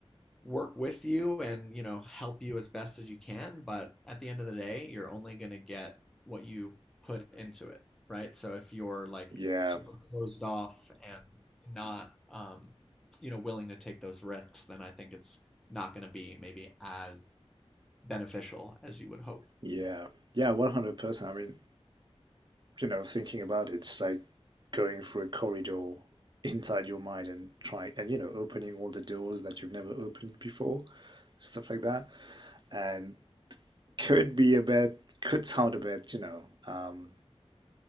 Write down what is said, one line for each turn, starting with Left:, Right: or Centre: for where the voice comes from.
Centre: work with you and, you know, help you as best as you can. But at the end of the day, you're only going to get what you put into it, right? So if you're like
Right: Yeah,
Centre: super closed off and not, um, you know, willing to take those risks, then I think it's not going to be maybe as beneficial as you would hope.
Right: yeah, yeah, 100%. I mean, you know, thinking about it, it's like going through a corridor inside your mind and trying and, you know, opening all the doors that you've never opened before, stuff like that. And could be a bit could sound a bit you know um